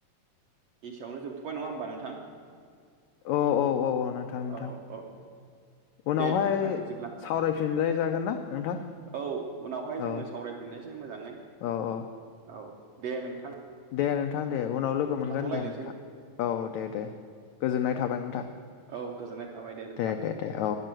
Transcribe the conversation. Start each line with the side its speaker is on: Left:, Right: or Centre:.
Right: एसे आवनो जोबथ'बाय नङा होमबा नोंथां?
Left: औ-औ-औ-औ नोंथां-नोंथां
Right: औ औ
Left: उनावहाय
Right: दे नोंथां बिदिब्ला
Left: सावरायफिनलाय जागोन ना? नोंथां
Right: औ उनावहाय जोङो
Left: औ
Right: सावरायफिननायसै मोजाङै
Left: औ औ
Right: औ। दे नोंथां
Left: दे नोंथां दे। उनाव लोगो मोनगोन
Right: थाथ'लायनोसै
Left: दे नोंथां औ दे दे गोजोननाय थाबाय नोंथां
Right: औ गोजोननाय थाबाय नोंथां
Left: दे दे दे औ